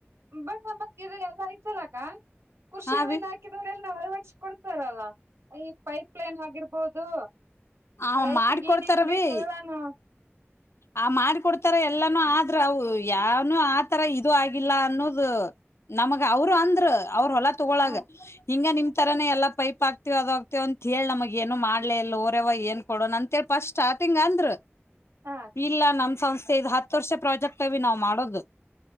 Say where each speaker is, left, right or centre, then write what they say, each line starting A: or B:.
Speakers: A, on the right; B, on the left.
A: ಬಸ ಬತ್ ಇದು ಎಲ್ಲಾ ಆಯ್ತಲ್ಲಕ್ಕ. ಕೃಷಿವಿನ್
B: ಹಾ ಅಭಿ
A: ಹಾಕಿರೊರಿಲ್ ಇಲ್ಲ ಅಳ್ವಡಿಸ್ ಕೊಡ್ತಾರಲ್ಲ ಈ ಪೈಪ್ಲೈನ್ ಆಗಿರ್ಬೋದು.
B: ಆ
A: ರೈತ್ರಿಗ್
B: ಮಾಡ್ಕೊಡ್ತಾರವಿ
A: ಏನೇನ್ ಬೇಕ್ ಎಲ್ಲಾನು.
B: ಆ ಮಾಡ್ಕೊಡ್ತಾರ ಎಲ್ಲಾನೂ ಆದ್ರ ಅವ್ ಯಾವ್ನು ಆತರ ಇದು ಆಗಿಲ್ಲ ಅನ್ನೋದು. ನಮಗ ಅವ್ರು ಅಂದ್ರು ಅವ್ರ ಹೊಲ ತಗೊಳಾಗ
A: ಹ
B: ಹಿಂಗ ನಿಮ್ ಈ ತರಾನೆ ಎಲ್ಲ ಪೈಪ್ ಆಗ್ತತಿವ ಅದ್ ಆಗ್ತಿವ ಅಂತ್ ಹೇಳ್ ನಮಗ್ ಏನು ಮಾಡ್ಲೆ ಇಲ್ ಒರೆವಾ ಏನ್ ಕೊಡೋಣ ಅಂತ್ ಹೇಳ್ ಫಸ್ಟ್ ಸ್ಟಾರ್ಟಿಂಗ್ ಅಂದ್ರು.
A: ಹ
B: ಇಲ್ಲ ನಮ್ ಸಂಸ್ಥೆ ಇದು ಹತ್ ವರ್ಷ ಪ್ರಾಜೆಕ್ಟ್ ಅವಿ ನಾವ್ ಮಾಡೋದು.